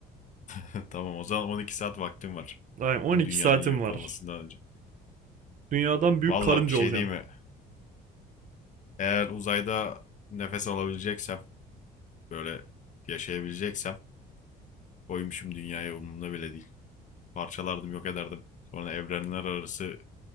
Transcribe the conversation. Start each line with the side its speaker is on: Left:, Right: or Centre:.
Left: <laughs> Tamam o zaman 12 saat vaktim var.
Right: Aynen
Left: Bütün
Right: 12
Left: dünyanın
Right: saatim
Left: yok
Right: var.
Left: olmasından önce.
Right: Dünyadan büyük
Left: Valla
Right: karınca
Left: bir şey
Right: olacaksın.
Left: değil mi? Eğer uzayda nefes alabileceksem, böyle yaşayabileceksem koymuşum dünyaya umurumda bile değil. Parçalardım, yok ederdim. Sonra evrenler arası